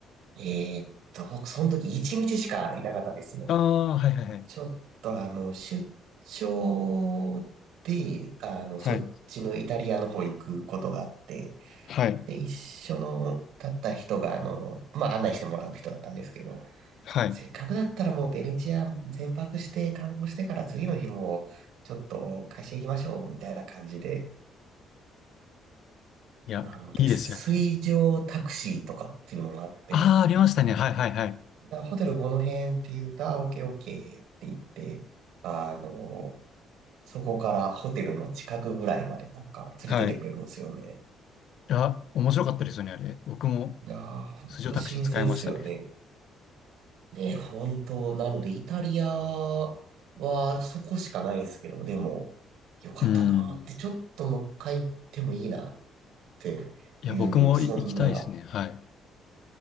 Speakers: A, on the right (about 70°); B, on the left (about 60°).
A: えーっと、僕、その時1日しかいなかったんですよ。
B: あー、はいはいはい。
A: ちょっとあの、出張で、あの、
B: はい。
A: そっちのイタリアの方行くことがあって、
B: はい。
A: で、一緒の、だった人が、あの、まあ、案内してもらう人だったんですけど、
B: はい。
A: せっかくだったらもうベネチア全泊して観光してから次の日も、ちょっと会社行きましょう、みたいな感じで、
B: いや、
A: あの、で、
B: いいですよね。
A: 水上タクシーとかっていうのがあって、
B: ああ、ありましたね。はいはいはい。
A: だからホテルこの辺って言うと、あ、オッケーオッケーって言って、あの、そこからホテルの近くぐらいまでなんか連れてってくれるんですよね。
B: はい。いや、面白かったですよね、あれ。僕も、
A: いやー、ほんと新鮮っすよね。
B: 水上タクシー使いましたね。
A: ね、本当なので、イタリアはそこしかないんですけど、でも、よかったなーって、
B: うん。
A: ちょっともう一回行ってもいいなっていう、
B: いや、僕もい行きたいですね。
A: そんな、
B: はい。